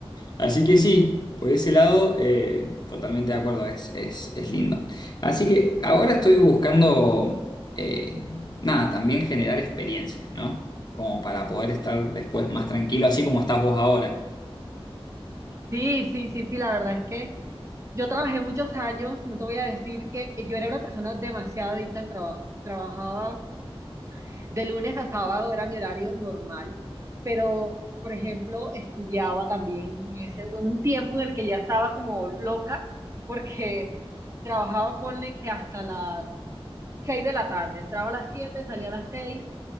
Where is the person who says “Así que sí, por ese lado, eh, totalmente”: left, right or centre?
Left